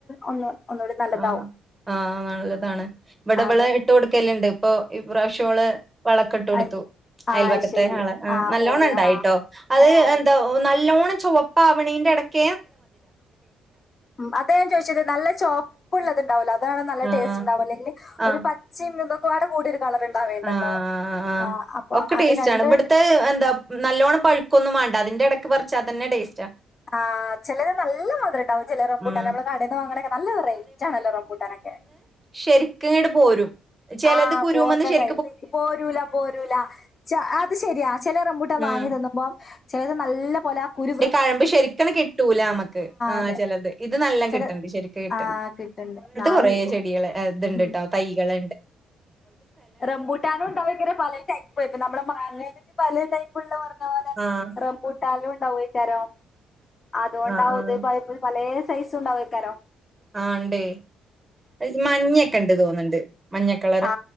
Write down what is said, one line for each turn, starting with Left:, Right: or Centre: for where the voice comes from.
Left: ഒന്ന് ഒന്നുകൂടി നല്ലതാവും
Right: ആ ആ നല്ലതാണ് ഇവിടെ
Left: ആ
Right: ഇവള്
Left: അതന്നെ
Right: ഇട്ട് കൊടുക്കേ ണ്ട് ഇപ്പൊ ഈ പ്രാവശ്യം ള് വളക്കെട്ട് കൊടുത്തു.
Left: അത്- ആ
Right: അയൽപക്കത്തെ
Left: അത് ശരി
Right: ആള്, ആ നല്ലോണം
Left: ഓട്
Right: ഉണ്ടായിട്ടോ.
Left: ആ
Right: അത്
Left: ഏ
Right: എന്താ
Left: ശരി
Right: നല്ലോണം ചുവപ്പാവണിന്റെ ഇടക്ക
Left: ഉ അത ഞാൻ ചോയിിച്ചത് നല്ല ചോപ്പ ഉപ്പ ഉള്ളത് ഉണ്ടാവല്ല അതാണ് നല്ല ടേസ്റ്റ്
Right: ആഹ്
Left: ഉണ്ടാവല്ല അല്ലെങ്കിൽ
Right: ആഹ്
Left: ഒരു പച്ചയും ഇൊക്കൊട് കൂടി േണ്ടല്ലോ
Right: ആഹ് ആഹ് ആഹ്
Left: ആ അപ്പൊ
Right: ഒക്കെ ടേസ്റ്റ്
Left: അത് രണ്ട്
Right: ആണ് ഇവിടുത്തെ എന്താ നല്ലോണ്ണം പഴുക്കൊന്നും വേണ്ട അതിന്റെ ഇടയ്ക്ക് പററിച്ചാ തന്നെ ടേസ്റ്റണ്
Left: ആഹ് ചിലത് നല്ല മാത്രം ഉണ്ടാവും ചില റബൂട്ടെ
Right: ഉം
Left: നമ്മള് കടേന്ന് വങ്ങണക്കെ നല്ല റേറ്റ ആണ്ല്ല റംബൂട്ടാനക്കെ
Right: ശരിക്കുംട് പോരും ചിലത്
Left: ആ
Right: കുരു
Left: ബോറിന്റെ
Right: ശ
Left: പോരൂല പോരല അത് ശരിയാ ചിലർറമ്പൂട്ട വാങ്ങി
Right: ഉം
Left: തന്നുമ്പോം ചിലത് നല്ല പോലെ കുരുവൃ
Right: പഴമ്പ് ശരിക്ക കിട്ടൂല നക്ക് ആ
Left: അതെ
Right: ചത് ഇത് നല്ല
Left: ചില
Right: കിട്ടണ്ട് ശരിക്ക കിട്ട
Left: ആ കിട്ടുന്നുണ്ട് ആ,
Right: കുറ
Left: അത്
Right: ചെടികൾ ഇണ്ട്
Left: ഉം.
Right: കേട്ടോ തൈകൾു
Left: റബൂട്ടാനും ഉണ്ടാവക്ക പല ടൈപ്പ് ഇപ്പ നമ്മുടെ മങ്ങയിലക്ക് പല ടൈപ്പുള്ള പറഞ്ഞ പോലെ
Right: ആഹ്
Left: രപോട്ടാല ണ്ടക്കാരോ അതൊണ്ടാവത്
Right: ആഹ് ആഹ്
Left: പല സൈസ് ഉണ്ടാവക്കാരോ
Right: ആ ഉണ്ട്േ അത് മഞ്ഞക്കെ ഉണ്ട് തോന്നുന്നുണ്ട് മഞ്ഞക്ക
Left: ആ